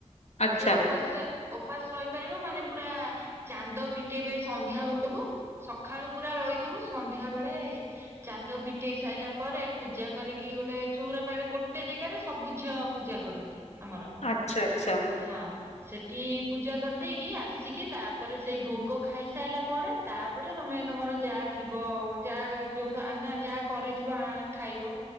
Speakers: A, on the left; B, on the right.
A: ଆଚ୍ଛା
B: ଯିଏ ଉପାସ ଉପାସ ରହିପାରିବ ମାନେ ପୁରା ଚାନ୍ଦ ଫିଟେଇବେ ସନ୍ଧ୍ୟା ବେଳକୁ ସକାଳୁ ପୁରା ରହି ଥିବୁ ସନ୍ଧ୍ୟା ବେଳେ ଚାନ୍ଦ ଫିଟେଇ ସାରିଲା ପରେ ପୂଜା କରିକି ଗୋଟେ ଚଉରା ପାଖରେ ଗୋ ଗୋଟେ ଜାଗାରେ ସବୁ ଝିଅ ପୂଜା କରନ୍ତି ଆମର
A: ଆଚ୍ଛା ଆଚ୍ଛା
B: ହଁ। ସେଠି ପୂଜା କରିଦେଇକି ଆସିକି ତା ପରେ ସେଇ ଭୋଗ ଖାଇସାରିଲା ପରେ ତା ପରେ ତମେ ନାଇଁ ତମର ଯାହା ଥିବ ଯାହା ଯୋଉଠୁ ଆନା ଯାହା କରିଥିବ ଖାଇବ।